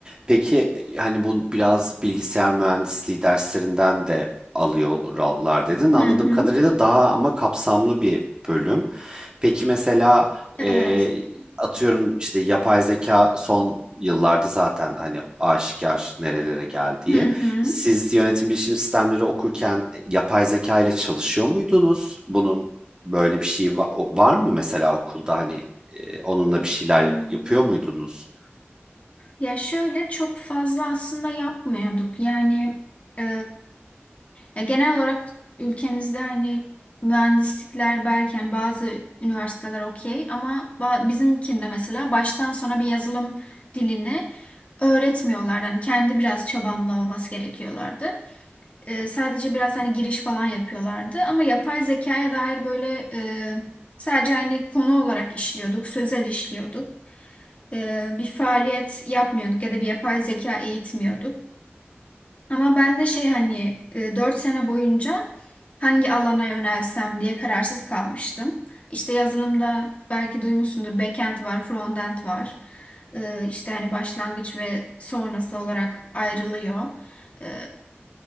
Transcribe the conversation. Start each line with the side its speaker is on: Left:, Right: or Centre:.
Right: peki e, hani bu biraz bilgisayar mühendisliği derslerinden de alıyorlar dedin. Anladığım
Left: Hı hı.
Right: kadarıyla daha ama kapsamlı bir bölüm. Peki mesela e,
Left: Evet.
Right: atıyorum işte yapay zeka son yıllarda zaten hani aşikar nerelere geldiği.
Left: Hı
Right: Siz yönetim bilişim sistemleri okurken e, yapay zeka ile çalışıyor muydunuz? Bunun böyle bir şeyi va- o- var mı mesela okulda hani e, onunla bir şeyler
Left: hı.
Right: yapıyor muydunuz?
Left: Ya şöyle çok fazla aslında yapmıyorduk. Yani e, ya genel olarak ülkemizde hani mühendislikler belki hani bazı üniversiteler okey ama ba- bizimkinde mesela baştan sona bir yazılım dilini öğretmiyorlardı. Hani kendi biraz çabanla olması gerekiyorlardı. E, sadece biraz hani giriş falan yapıyorlardı. Ama yapay zekaya dair böyle e, sadece hani konu olarak işliyorduk, sözel işliyorduk e, bir faaliyet yapmıyorduk ya da bir yapay zeka eğitmiyorduk. Ama ben de şey hani e, 4 sene boyunca hangi alana yönelsem diye kararsız kalmıştım. İşte yazılımda belki duymuşsundur backend var, frontend var. E, işte hani başlangıç ve sonrası olarak ayrılıyor. E,